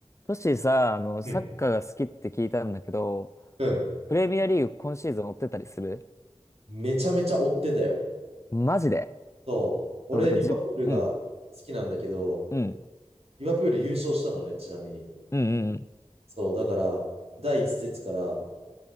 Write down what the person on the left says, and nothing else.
トシさ、あの、
サッカーが好きって聞いたんだけど、
プレミアリーグ今シーズン追ってたりする
マジで
そう、だからじ、
うん、うん、
うん、うん、